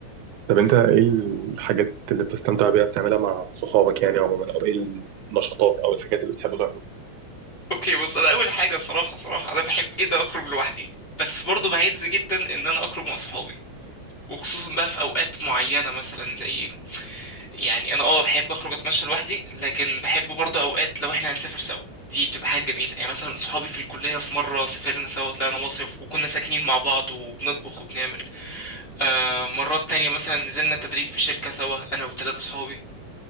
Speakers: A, on the right; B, on the left.
A: طب انت ايه الحاجات اللي بتستمتع بيها بتعملها مع صحابك يعني عموما او ايه النشاطات او الحاجات اللي بتحبوا تعملوها
B: اوكي بص انا اول حاجه صراحه صراحه انا بحب جدا اخرج لوحدي بس برضو بعز جدا ان انا اخرج مع صحابي وخصوصا بقى في اوقات معينه مثلا زي يعني انا اه بحب اخرج اتمشى لوحدي لكن بحب برضه اوقات لو احنا هنسافر سوا دي بتبقى حاجة جميلة يعني مثلا صحابي في الكلية في مرة سافرنا سوا طلعنا مصيف وكنا ساكنين مع بعض وبنطبخ وبنعمل آه مرات تانية مثلا نزلنا تدريب في شركة سوا انا وثلاثة صحابي